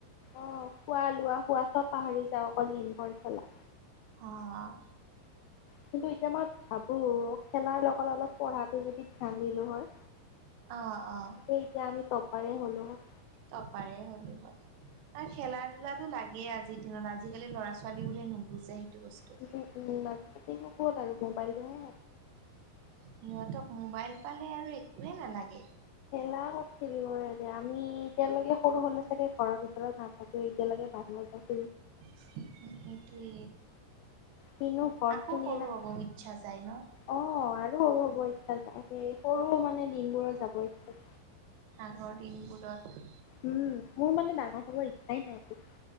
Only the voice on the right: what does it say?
অ',
অ', অ',
টপাৰে হ'লোঁ হয়। খেলা ধূলাটো লাগেই আজিৰ দিনত। আজিকালি ল'ৰা ছোৱালী বোৰে নুবুজে। বস্তু।
সিহঁতক মোবাইল পালে আৰু একোৱেই নালাগে।
সেইটোৱে।
আকৌ
সৰু
হ'ব ইচ্ছা যায়। ন'।
আগৰ দিনবোৰত